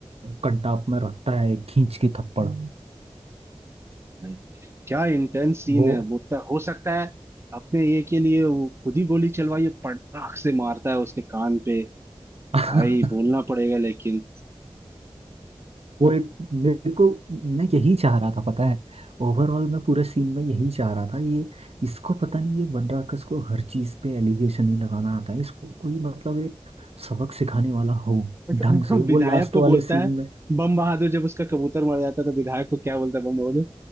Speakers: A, on the right; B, on the right.
A: कटाप में रखता है एक खींच के थप्पड़
B: भाई क्या इंटेंस सीन
A: वो
B: है बोलता है हो सकता है अपने ये के लिए वो खुद ही गोली चलवाई और पटाख से मारता है उसके कान पे
A: <laughs>
B: भाई बोलना पड़ेगा लेकिन
A: वो एक मेरे को मैं यही चाह रहा था पता है ओवरऑल मैं पूरे सीन में यही चाह रहा था ये इसको पता नहीं ये बनराकस को हर चीज पे एलिगेशन ही लगाना आता है इसको कोई मतलब एक सबक सिखाने वाला हो
B: <laughs>
A: ढंग
B: अच्छा,
A: से वो
B: विधायक
A: लास्ट
B: को
A: वाले
B: बोलता
A: सीन
B: है
A: में
B: बम बहादुर जब उसका कबूतर मर जाता है तो विधायक को क्या बोलता है बम बहादुर